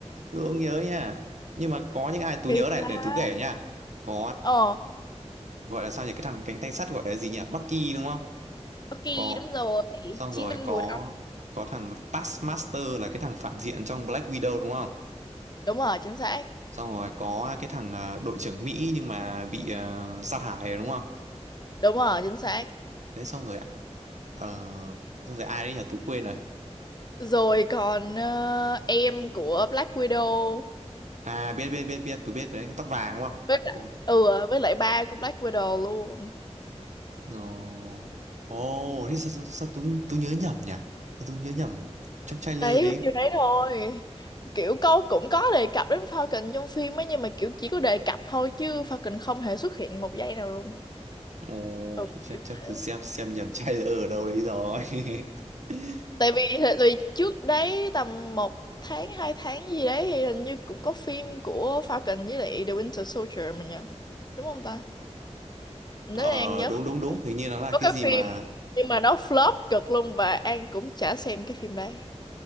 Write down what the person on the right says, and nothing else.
Tú không nhớ nha nhưng mà có những ai Tú
nhớ này
để Tú kể nha có
gọi là sao nhỉ cái thằng cánh tay sắt gọi là gì nhỉ Bucky đúng không
có
xong
rồi
có
có thằng Taskmaster là cái thằng phản diện trong Black Widow đúng không
xong rồi có cái thằng à, đội trưởng Mỹ nhưng mà bị à, sát hại rồi đúng không
đấy xong rồi ờ, xong rồi ai đấy nhỉ Tú quên rồi
à biết biết biết biết Tú biết đấy tóc vàng đúng không
Tú...
Ồ, ồ thế sao, sao, sao Tú Tú nhớ nhầm nhỉ Sao Tú nhớ nhầm trong trailer
đấy
Ồ,
chắc
chắc
tôi xem xem nhầm trailer ở đâu đấy rồi. <laughs>
Ờ
đúng
đúng đúng, hình như nó là
cái
gì
mà